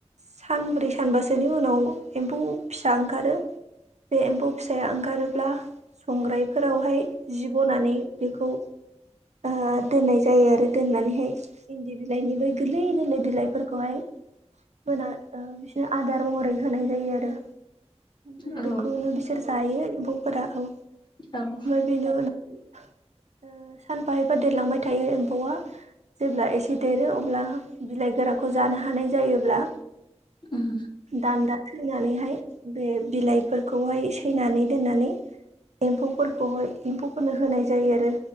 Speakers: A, on the right (about 80°); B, on the left (about 45°).
A: सानब्रै सानबासोनि उनाव एम्फौ फिसा ओंखारो बे एम्फौ फिसाया ओंखारोब्ला संग्राइ फोरावहाय जि बनानै बेखौ ओ दोननाय जायो आरो दोननानैहाय इन्दि बिलाइनि बै गोरलै गोरलै बिलाइफोरखौहाय होना ओ बिसोरनो आदार महरै होनाय जायो आरो ओमफ्राय
B: औ
A: बेखौनो बिसोर जायो एम्फौफोरा औ
B: औ
A: बेनो उनाव सानफा एबा देरलांबाय थायो एम्फौवा जेब्ला एसे देरो अब्ला बिलाइ गोराखौ जानो हानाय जायोब्ला
B: उम
A: दान्दा सैनानैहाय बे बिलाइफोरखौहाय सैनानै दोननानै एम्फौफोरखौहाय एम्फौफोरनो होनाय जायो आरो